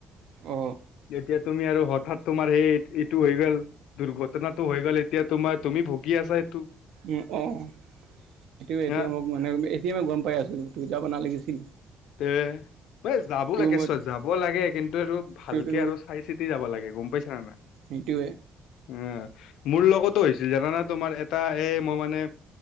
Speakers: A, on the right; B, on the left.
A: অ
B: এতিয়া তুমি আৰু হঠাৎ তোমাৰ সেই এইটো হৈ গ'ল দুৰ্ঘটনাটো হৈ গ'ল এতিয়া তোমাৰ। তুমি ভুগি আছা এইটো।
A: উম, অ' সেইটোয়ে এতিয়া
B: হা
A: মই। মানে এতিয়া মই গ'ম পাই আছোঁ। তোৰ যাব নালাগিছিল।
B: টে এই যাব
A: তোৰ
B: লাগে
A: মই
B: চ'ব যাব লাগে, কিন্তু আৰু ভালকে
A: তেওঁটো
B: আৰু চাই চিতি যাব লাগে গ'ম পাইছা নাই।
A: এইটো
B: উম, মোৰ লগতো হৈছিল জানানা তোমাৰ এটা এই মই মানে।